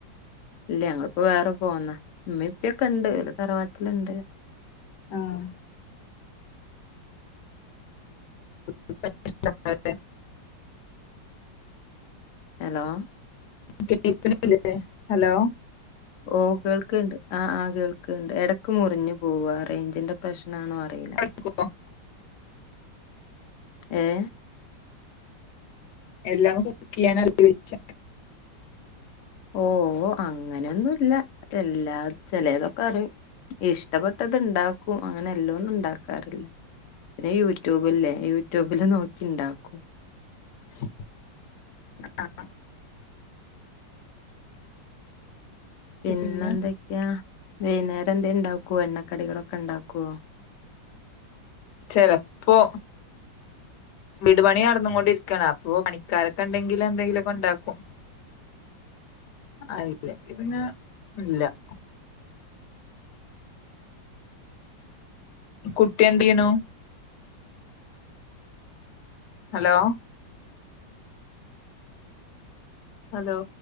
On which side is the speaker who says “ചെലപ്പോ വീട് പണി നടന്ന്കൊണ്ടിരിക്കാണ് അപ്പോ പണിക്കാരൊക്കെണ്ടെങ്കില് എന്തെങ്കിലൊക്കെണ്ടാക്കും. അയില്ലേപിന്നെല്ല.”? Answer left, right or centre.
Left